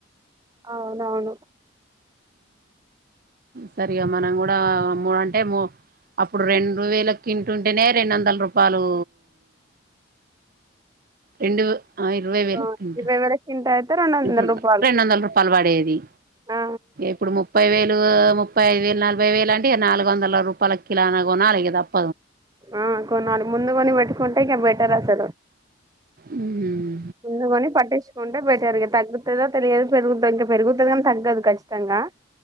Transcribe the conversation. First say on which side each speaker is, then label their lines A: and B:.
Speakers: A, on the right (about 20°); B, on the right (about 45°).
A: అవునవును
B: సరిగా మనం గూడా మో అంటే మో అప్పుడు రెండు వేలకు కింటుంటేనే రెండందల రుపాలు. రెండు ఆ ఇరవై వేలకు
A: ఆ,
B: కింటా
A: ఇరవై వేల క్వింటాల్ అయితే రెండు
B: తింటుండా
A: వందల రూపాయలు
B: రెండొందల రుపా పలవాడేది
A: ఆ
B: ఎప్పుడు ము ముప్పై వేలు, ముప్పై ఐదు వేలు, నలభై వేలు అంటే నాలుగు వందల రూపాయల కిలోనా కొనాలి ఇగ తప్
A: ఆ కొన్నాళ్ళగు ముందుకని పెట్టుకుంటే ఇంకా బెటర్ అసలు
B: ఊహు
A: ముందుకని పట్టించుకుంటే రిగా తగ్గుతుందో తెలియదు పెరుగుతుా ఇంకా పెరుగుతుందినీ తగ్గదు ఖచ్చితంగా